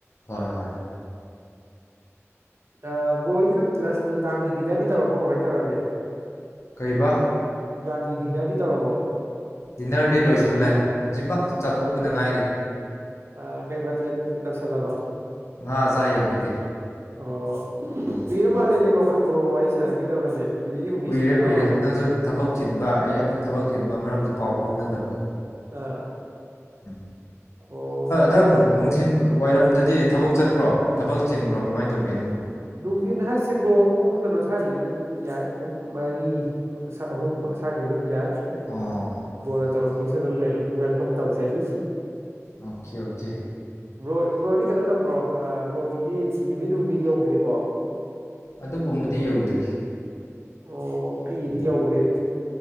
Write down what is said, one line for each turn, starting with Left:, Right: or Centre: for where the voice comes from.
Left: ꯍꯣꯏ ꯍꯣꯏ
Right: ꯑꯥ ꯕ꯭ꯔꯣꯍꯣꯏꯒꯤ ꯂꯟꯁ ꯅꯨꯡꯗꯥꯡꯒꯤ ꯗꯤꯅꯔꯗꯤ ꯇꯧꯔꯕꯣ ꯀꯃꯥꯏꯅ ꯇꯧꯔꯒꯦ
Left: ꯀꯩꯕ
Right: ꯅꯨꯡꯗꯥꯡꯒꯤ ꯗꯤꯅꯔꯗꯤ ꯇꯧꯔꯕꯣ
Left: ꯗꯤꯟꯅꯔꯗꯤ ꯂꯣꯏꯁꯤꯜꯂꯦ ꯍꯧꯖꯤꯛꯃꯛ ꯆꯥꯊꯣꯛꯄꯗ ꯉꯥꯏꯔꯤ
Right: ꯑ ꯀꯩ ꯃꯊꯦꯜ ꯇꯧꯁꯤꯜꯂꯕ
Left: ꯉꯥ ꯆꯥꯏꯌꯦ ꯑꯩꯈꯣꯏꯗꯤ
Right: ꯑꯣ
Left: ꯎꯝ
Right: ꯀꯨꯏꯔ ꯃꯥꯜꯂꯦꯅꯦꯀꯣ ꯑꯈꯣꯏ ꯕ꯭ꯔꯣꯒ ꯋꯥꯔꯤ ꯁꯥꯟꯅꯈꯤꯗꯕꯁꯦ ꯅꯨꯃꯤꯠ ꯅꯤꯅꯤ ꯍꯨꯝꯅꯤ
Left: ꯀꯨꯏꯔꯦ
Right: ꯁꯨꯖꯤꯜꯂꯛꯑ
Left: ꯀꯨꯏꯔꯦ
Right: ꯃꯥꯜꯂꯦ
Left: ꯅꯪꯁꯨ ꯊꯕꯛ ꯆꯤꯟꯕ ꯑꯩꯁꯦ ꯑꯃꯨꯛ ꯊꯕꯛ ꯆꯤꯟꯕ ꯃꯔꯛꯇ ꯄꯥꯎ ꯐꯥꯎꯅꯗꯕꯗꯣ
Right: ꯑꯥ
Left: ꯎꯝ
Right: ꯑꯣ
Left: ꯅꯪ
Right: ꯕ꯭ꯔꯣ
Left: ꯅꯨꯡꯊꯤꯜ ꯋꯥꯏꯔꯝꯗꯗꯤ ꯊꯕꯛ ꯆꯠꯄ꯭ꯔꯣ ꯊꯕꯛ ꯆꯤꯟꯕ꯭ꯔꯣ ꯀꯃꯥꯏꯅ ꯇꯧꯒꯦ ꯅꯪꯕꯨ
Right: ꯅꯨꯡꯊꯤꯟ ꯍꯥꯏꯁꯤꯕ꯭ꯔꯣ ꯄꯨꯡ ꯀꯩꯅꯣ ꯁ꯭ꯋꯥꯏꯗꯗꯤ ꯑꯗꯨꯝ ꯌꯥꯏ ꯄꯨꯡ ꯃꯔꯤ ꯑꯍꯨꯝ ꯁꯥꯏꯗꯗꯤ ꯑꯗꯨꯝ ꯌꯥꯏ
Left: ꯑꯣ
Right: ꯕ꯭ꯔꯣꯅ ꯇꯧꯔꯛꯀꯦꯁꯨ ꯑꯗꯨꯝ ꯑꯩ ꯑꯗꯨꯝ ꯋꯦꯜꯀꯝ ꯇꯧꯖꯔꯤ
Left: ꯑꯣꯀꯦ ꯑꯣꯀꯦ
Right: ꯕ꯭ꯔꯣ ꯕ꯭ꯔꯣꯗꯤ ‌ꯀꯩꯅꯣ ꯇꯧꯕ꯭ꯔꯣ ꯑꯥ ꯕ꯭ꯔꯣꯒꯤꯗꯤ ꯅꯨꯅꯤꯃꯤꯠ ꯌꯧꯗ꯭ꯔꯤꯕꯣ
Left: ꯑꯗꯨꯒꯨꯝꯕꯗꯤ ꯌꯧꯗ꯭ꯔꯤ
Right: ꯑꯣ ꯑꯩꯒꯤꯗꯤ
Left: ꯎꯝ
Right: ꯌꯧꯒ꯭ꯔꯦꯅꯦ